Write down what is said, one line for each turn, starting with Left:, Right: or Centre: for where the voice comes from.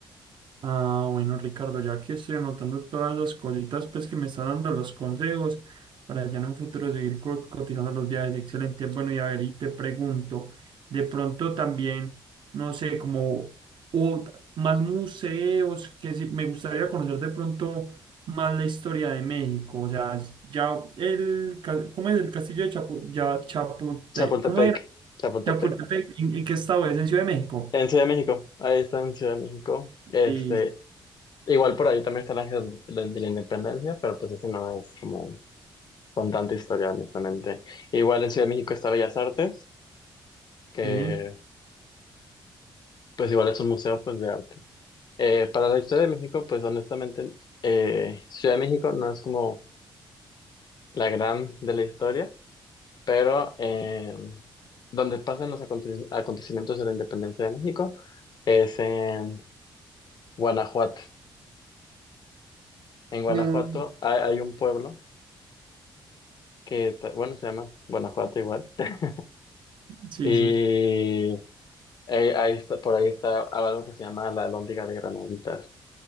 Right: Ah, bueno, Ricardo, ya que estoy anotando todas las cositas pues, que me están dando los consejos para ya en un futuro seguir co- cotizando los viajes. Excelente. Bueno, y a ver, y te pregunto, de pronto también, no sé, como o más museos, que sí, me gustaría conocer de pronto más la historia de México. O sea, ya el, ca- ¿cómo es el castillo de Chapu, ya, Chapultepec?
Left: Chapultepec,
Right: ¿Cómo era?
Left: Chapultepec.
Right: Chapultepec, ¿en, en qué estado es? ¿En Ciudad de México?
Left: En Ciudad de México, ahí está en Ciudad de México. Este,
Right: Sí,
Left: igual por ahí también está el Ángel de de la Independencia, pero pues ese no es como con tanta historia, honestamente. Igual en Ciudad de México está Bellas Artes, que
Right: sí,
Left: pues igual es un museo pues de arte. Eh, para la historia de México, pues honestamente, eh, Ciudad de México no es como la gran de la historia, pero eh, donde pasan los aconte- acontecimientos de la independencia de México es en Guanajuato. En Guanajuato
Right: No,
Left: hay, hay un pueblo que, está- bueno, se llama Guanajuato igual. <laughs>
Right: sí,
Left: Y
Right: sí.
Left: Eh, ahí está, por ahí está algo que se llama la Alhóndiga de Granaditas,